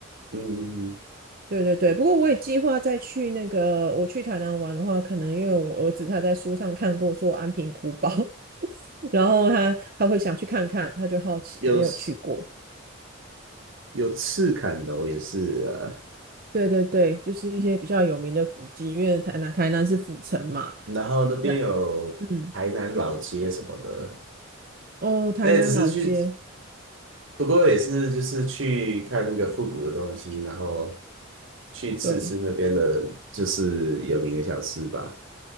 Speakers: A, on the right; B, on the right.
A: 嗯，
B: 对对对，不过我也计划再去那个，我去台南玩的话，可能因为我儿子他在书上看过说安平古堡，<laughs> 然后他他会想去看看，他就好奇，
A: 有
B: 没有去过。
A: 有赤坎楼也是啊，
B: 对对对，就是一些比较有名的古迹，因为台南台南是府城嘛。
A: 然后那边有台南老街什么的，
B: 那嗯，哦，台南老街，
A: 那也只是去，不过也是就是去看那个复古的东西，然后去吃吃那边的，
B: 对
A: 就是有名的小吃吧。